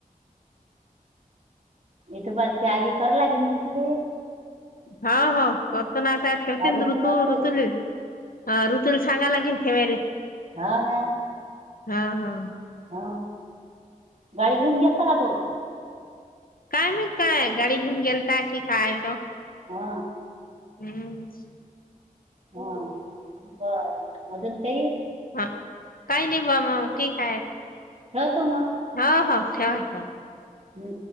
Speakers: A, on the right; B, on the left.
A: इथे बालची आगी करां लागेल म्हण तुले....
B: हो हो करत ना आता ठेवते
A: दारू तू
B: ऋतू
A: करते
B: ऋतुली... अ ऋतुल सांगाला लागेल ठेवायला...
A: हा ना...
B: हा हा...
A: अ गाडी घेऊन गेलता का तो.
B: काय मी काय गाडी घेऊन गेलताय की काय तो.
A: हा
B: हम्म.
A: हा बर अजून तेही
B: हा काही नाही बा मग ठीक आहे.
A: ह तो म....
B: हा हो ठेवा ठेवा...
A: ह...